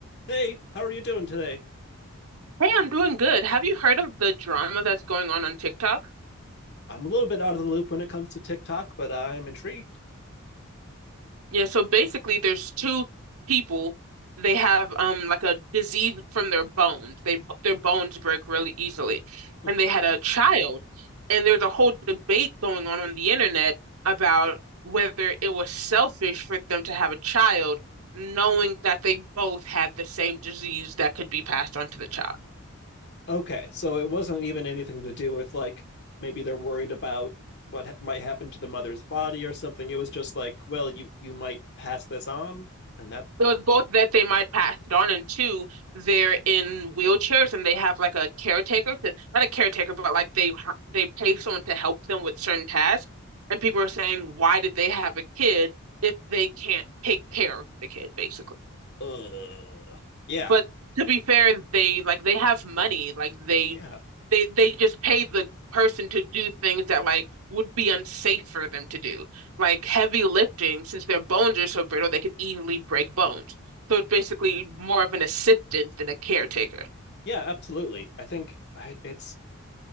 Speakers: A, on the left; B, on the right.
A: Hey, how are you doing today?
B: Hey, I'm doing good. Have you heard of the drama that's going on on TikTok?
A: I'm a little bit out of the loop when it comes to TikTok, but I'm intrigued.
B: Yeah, so basically there's two people. They have um like a disease from their bones. They their bones break really easily.
A: Mhm.
B: And they had a child. And there's a whole debate going on on the internet about whether it was selfish for them to have a child, knowing that they both had the same disease that could be passed on to the child.
A: Okay, so it wasn't even anything to do with like maybe they're worried about what ha- might happen to the mother's body or something. It was just like, well, you you might pass this on, and that,
B: So it's both that they might pass it on, and two, they're in wheelchairs and they have like a caretaker to, not a caretaker, but like they they pay someone to help them with certain tasks. And people are saying, why did they have a kid if they can't take care of the kid, basically?
A: uh, yeah,
B: But to be fair, they like they have money. Like they
A: yeah,
B: they they just pay the person to do things that like would be unsafe for them to do. Like heavy lifting, since their bones are so brittle, they could easily break bones. So it's basically more of an assistant than a caretaker.
A: yeah, absolutely. I think I, it's